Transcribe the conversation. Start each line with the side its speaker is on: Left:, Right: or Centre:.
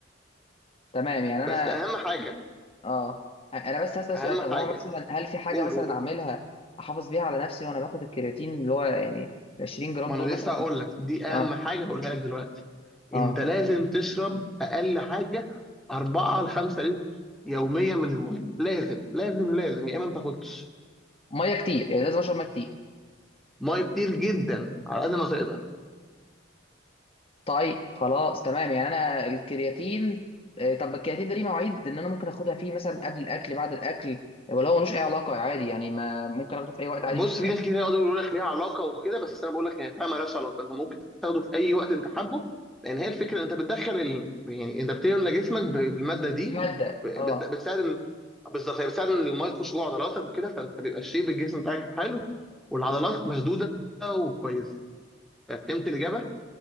Left: تمام يعني انا
Centre: بس اهم حاجه
Left: اه انا بس هسأل
Centre: اهم
Left: سؤال طب
Centre: حاجه
Left: هو مثلا هل في حاجه
Centre: قول
Left: مثلا
Centre: قول
Left: اعملها احافظ بيها على نفسي وانا باخد الكرياتين اللي هو يعني ال 20 جرام
Centre: ما انا
Left: دول
Centre: لسه
Left: مثلا
Centre: هقول لك دي اهم
Left: اه
Centre: حاجه هقولها لك دلوقتي
Left: اه
Centre: انت لازم تشرب اقل حاجه 4 ل 5 لتر يوميا من الميه لازم لازم لازم يا اما ما تاخدش
Left: ميه كتير يعني لازم اشرب ميه كتير
Centre: ميه كتير جدا على قد ما تقدر
Left: طيب خلاص تمام يعني انا الكرياتين آه، طب الكرياتين ده ليه مواعيد ان انا ممكن اخدها فيه مثلا قبل الاكل بعد الاكل ولا هو ملوش اي علاقه عادي يعني ما ممكن اخده في اي وقت عادي
Centre: بص
Left: مش فارقه
Centre: في ناس كتير يقعدوا يقولوا لك ليها علاقه وكده بس انا بقول لك هي فعلا مالهاش علاقه انت ممكن تاخده في اي وقت انت حابه لان هي الفكره انت بتدخل ال... يعني انت بتملى جسمك ب- بالماده دي
Left: الماده
Centre: ب-
Left: اه
Centre: بت- بتساعد ال... بالظبط هي بتساعد ان الميه تخش جوه عضلاتك وكده فانت بيبقى الشيب الجسم بتاعك حلو والعضلات مشدوده وكويسه فهمت الاجابه